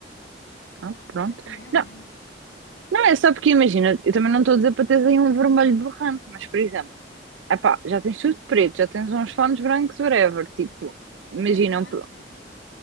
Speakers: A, on the right; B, on the left.
A: Ah, pronto.
B: Mas isso também é o
A: Não,
B: menos.
A: Não, é só porque imagina, eu também não estou a dizer para teres aí um vermelho borrante, mas por exemplo, epá, já tens tudo preto, já tens uns fones brancos, whatever, tipo, imagina
B: E é porque não
A: um, pr-
B: é em preto.